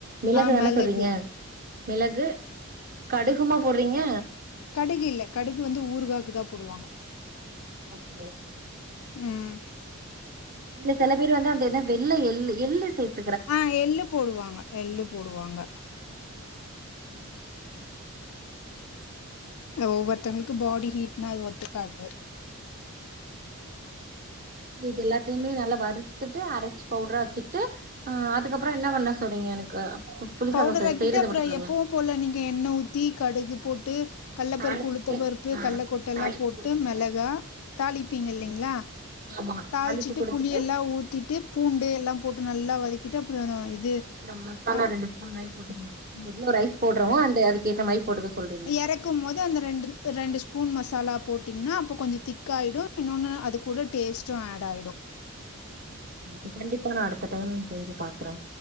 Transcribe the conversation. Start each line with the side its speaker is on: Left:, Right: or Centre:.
Right: மிளகு
Left: ஆ
Right: தானே
Left: மெளகு
Right: சொல்றீங்க மிளகு கடுகுமா போட்றீங்க
Left: கடுகு இல்ல கடுகு வந்து ஊறுகாக்குதா போடுவாங்க
Right: ஓக
Left: ம்
Right: இல்ல செல பேரு வந்து அந்த என்ன வெள்ள எள்ளு எள்ளு சேப்
Left: ஆ எள்ளுப் போடுவாங்க எள்ளுப் போடுவாங்க
Right: ம்ஹூம்
Left: ஒவ்வொருத்தவங்களுக்கு பாடி ஹீட்னா அது ஒத்துக்காது
Right: இது எல்லாத்தையுமே நல்லா வறுத்துட்டு அரைச்சு பவுடரா வச்சுட்டு அ அதுக்கப்புறோ என்னாப் பண்ண சொரிங்க எனக்கு புளிசாதோ
Left: பவுடரா ஆக்கிட்டு
Right: செய்யறத
Left: அப்புறோ
Right: மட்டு சொல்லுங்க
Left: எப்பவு போல நீங்க எண்ண ஊத்தி கடுகுப் போட்டு கல்லப்பருப்பு
Right: தாளிச்சிட்டு
Left: உளுத்த பருப்பு
Right: ஆ
Left: கடல்ல கொட்டை எல்லா
Right: தாளிப்பு
Left: போட்டு
Right: குடுத்துட்டு
Left: மெளகா தாளிப்பீங்க
Right: ம்
Left: இல்லைங்களா
Right: ஆமா
Left: தாளிச்சிட்டு
Right: தாளிப்பு குடுத்துட்டு
Left: புளி எல்லா ஊத்திட்டு பூண்டு எல்லா போட்டு நல்லா வதக்கிட்டு அப்புறோ இது
Right: இந்த மசாலா
Left: அ
Right: ரெண்டு ஸ்பூன் மாரி போட்டுக்கலா நம்ம எவ்ளோ ரைஸ் போடுறமோ அந்த அதுக்கு ஏத்த மாரி போட்டுக்க சொல்றீங்க
Left: எறக்கு போது அந்த ரெண்டு ரெண்டு ஸ்பூன் மசாலா போட்டீங்கன்னா அப்ப கொஞ்சோ திக் ஆயிடு இன்னொன்னு அது கூட டேஸ்டு ஆட் ஆயிடு
Right: ஓகே கண்டிப்பா நா அடுத்த டைம் செஞ்சு பாக்குறே